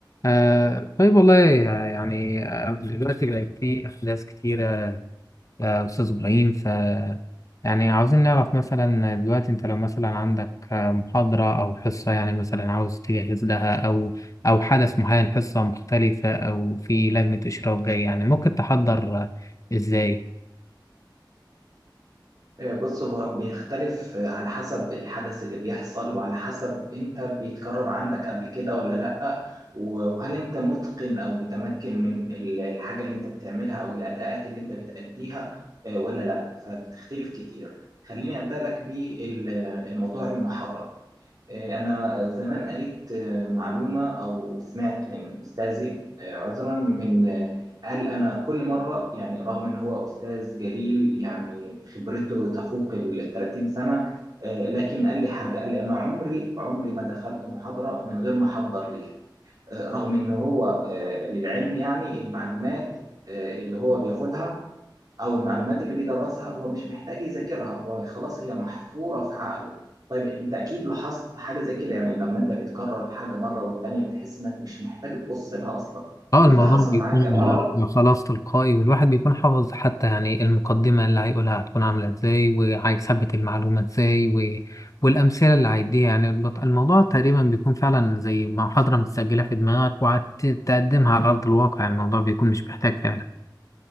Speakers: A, on the left; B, on the right.
A: آه طيب والله يعني آه، دلوقتي بقى في أحداث كتيرة يا أستاذ إبراهيم ف يعني عاوزين نعرف مثلا دلوقتي أنت لو مثلا عندك آه، محاضرة أو حصة يعني مثلا عاوز تجهز لها أو أو حدث معين حصة مختلفة أو في لجنة إشراف جاي يعني ممكن تحضر آه، إزاي؟
B: آه، بص هو بيختلف آه، على حسب الحدث اللي بيحصل وعلى حسب انت بيتكرر عندك قبل كده ولا لأ و- وهل انت متقن او متمكن من ال- الحاجة اللي انت بتعملها او الأداءات اللي انت بتأديها آه، ولا لأ فبتختلف كتير خليني أبدأ لك بالموضوع المحاضرة آه، أنا زمان قريت آه، معلومة أو سمعت من أستاذي آه، عذرا من آه، قال أنا كل مرة يعني رغم إن هو أستاذ جليل يعني خبرته تفوق ال 30 سنة آه، لكن قال لي حاجة قال لي أنا عمري عمري ما دخلت محاضرة من غير ما أحضر ليها آه، رغم إن هو آه، للعلم يعني المعلومات آه، اللي هو بياخدها او المعلومات اللي بيدرسها هو مش محتاج يذاكرها هو خلاص هي محفورة في عقله طيب انت اكيد لاحظت حاجة زي كده يعني لما انت بتكرر الحاجة مرة والتانية بتحس انك مش محتاج تبص لها اصلا
A: اه
B: مش
A: الموضوع
B: ده حصل
A: بيكون
B: معاك قبل
A: يعني خلاص تلقائي والواحد بيكون حافظ حتى يعني المقدمة اللي هيقولها هتكون عاملة ازاي وهيثبت المعلومة ازاي و... والأمثلة اللي هيديها يعني البط- الموضوع تقريبا بيكون فعلا زي محاضرة متسجلة في دماغك وهتقدمها على أرض الواقع يعني الموضوع بيكون مش محتاج فعلا